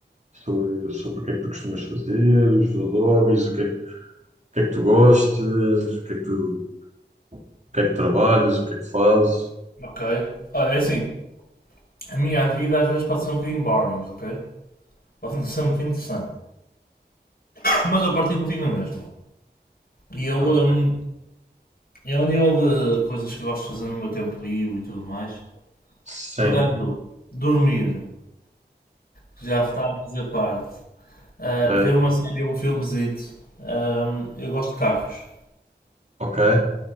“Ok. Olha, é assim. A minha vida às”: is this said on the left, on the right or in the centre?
Left